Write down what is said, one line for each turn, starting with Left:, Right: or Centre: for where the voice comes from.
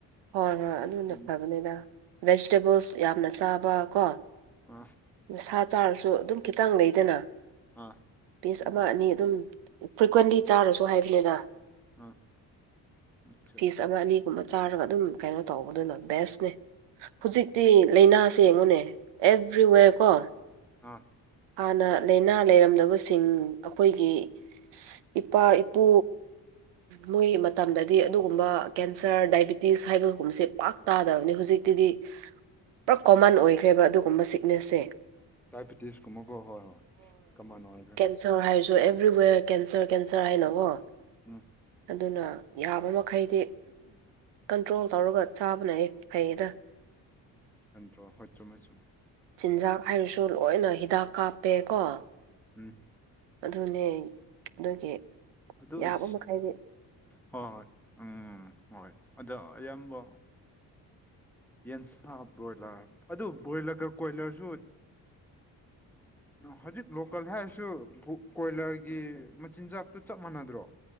Right: ꯍꯣꯏ ꯍꯣꯏ ꯑꯗꯨꯅ
Centre: ꯎꯝ
Right: ꯐꯕꯥꯅꯤꯗ ꯚꯦꯖꯤꯇꯦꯕꯜꯁ ꯌꯥꯝꯅ ꯆꯥꯕ ꯀꯣ
Centre: ꯑ
Right: ꯁꯥ ꯆꯥꯔꯁꯨ ꯑꯗꯨꯝ ꯈꯤꯇꯪ ꯂꯩꯗꯅ
Centre: ꯑꯥ
Right: ꯄꯤꯁ ꯑꯃ ꯑꯅꯤ ꯑꯗꯨꯝ ꯐ꯭ꯔꯤꯀ꯭ꯋꯦꯟꯂꯤ ꯆꯥꯔꯁꯨ ꯍꯥꯏꯕꯅꯤꯗ
Centre: ꯑꯥ ꯑꯣꯀꯦ
Right: ꯄꯤꯁ ꯑꯃ ꯑꯅꯤꯒꯨꯝꯕ ꯆꯥꯔꯒ ꯑꯗꯨꯝ ꯀꯩꯅꯣ ꯇꯧꯕꯗꯨꯅ ꯕꯦꯁꯅꯦ ꯍꯧꯖꯤꯛꯇꯤ ꯂꯥꯏꯅꯥꯁ ꯌꯦꯡꯉꯨꯅꯦ ꯑꯦꯚ꯭ꯔꯤꯋꯦꯔ ꯀꯣ
Centre: ꯑꯥ
Right: ꯍꯥꯟꯅ ꯂꯥꯏꯅꯥ ꯂꯩꯔꯝꯗꯕꯁꯤꯡ ꯑꯩꯈꯣꯏꯒꯤ ꯏꯄꯥ ꯏꯄꯨ ꯃꯣꯏ ꯃꯇꯝꯗꯗꯤ ꯑꯗꯨꯒꯨꯝꯕ ꯀꯦꯟꯁꯔ ꯗꯥꯏꯕꯤꯇꯤꯁ ꯗꯥꯏꯕꯤꯇꯤꯁ ꯍꯥꯏꯕꯒꯨꯝꯕꯁꯦ ꯄꯥꯛ ꯇꯥꯗꯕꯅꯤ ꯍꯧꯖꯤꯛꯇꯤꯗꯤ ꯄꯨꯂꯞ ꯀꯣꯃꯟ ꯑꯣꯏꯈ꯭ꯔꯦꯕ ꯑꯗꯨꯒꯨꯝꯕ ꯁꯤꯛꯅꯦꯁꯁꯦ
Centre: ꯗꯥꯏꯕꯤꯇꯤꯁ ꯀꯨꯝꯕꯀꯣ ꯍꯣꯏ ꯍꯣꯏ ꯀꯃꯥꯟ ꯑꯣꯏꯈ꯭ꯔꯦ
Right: ꯀꯦꯟꯁꯔ ꯍꯥꯏꯔꯁꯨ ꯑꯦꯕ꯭ꯔꯤꯋꯦꯔ ꯀꯦꯟꯁꯔ ꯀꯦꯟꯁꯔ ꯍꯥꯏꯅꯀꯣ
Centre: ꯑꯝ
Right: ꯑꯗꯨꯅ ꯌꯥꯕ ꯃꯈꯩꯗꯤ ꯀꯟꯇ꯭ꯔꯣꯜ ꯇꯧꯔꯒ ꯆꯥꯕꯅ ꯑꯩ ꯐꯩꯗ
Centre: ꯀꯟꯗ꯭ꯔꯣ ꯍꯣꯏ ꯆꯨꯝꯃꯦ ꯆꯨꯝꯃꯦ
Right: ꯆꯤꯟꯖꯥꯛ ꯍꯥꯏꯔꯁꯨ ꯂꯣꯏꯅ ꯍꯤꯗꯥꯛ ꯀꯥꯞꯄꯦ ꯀꯣ
Centre: ꯎꯝ
Right: ꯑꯗꯨꯅꯦ ꯑꯗꯨꯒꯤ
Centre: ꯑꯗꯨ ꯑꯣꯏꯁꯨ
Right: ꯌꯥꯕ ꯃꯈꯩꯗꯤ
Centre: ꯍꯣꯏ ꯍꯣꯏ ꯎꯝ ꯍꯣꯏ ꯑꯗ ꯑꯌꯥꯝꯕ ꯌꯦꯟꯁꯥ ꯕ꯭ꯔꯣꯏꯂꯔ ꯑꯗꯨ ꯕꯣꯏꯔꯒ ꯀꯣꯏꯂꯔꯁꯨ ꯍꯧꯖꯤꯛ ꯂꯣꯀꯦꯜ ꯍꯥꯏꯔꯁꯨ ꯀꯣꯏꯂꯔꯒꯤ ꯃꯆꯤꯟꯖꯥꯛꯇꯣ ꯆꯞ ꯃꯥꯟꯅꯗ꯭ꯔꯣ